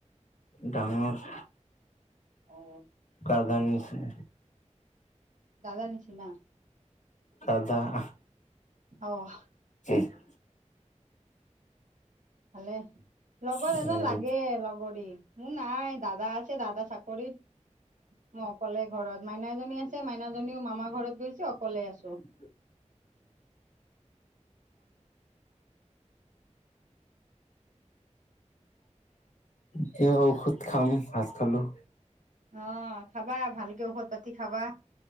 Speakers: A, on the left; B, on the right.
A: ডাঙৰ।
B: অ'।
A: কাৰ কাৰ নিছে?
B: দাদা নিছিনা?
A: দাদা আস
B: অ'।
A: <unintelligible>
B: ভালে লগত
A: উম
B: এজন লাগে লগৰী মোৰ নাই দাদা আছে দাদা চাক কৰিত ম অকলে ঘৰত মাইনা এজনী আছে মাইনাজনীও মামা ঘৰত গৈছে অকলে আছোঁ।
A: <unintelligible> তিয়া ঔষধ খাম ভাজ খালোঁ।
B: অ', খাবা ভালকে ঔষধ পাতি খাবা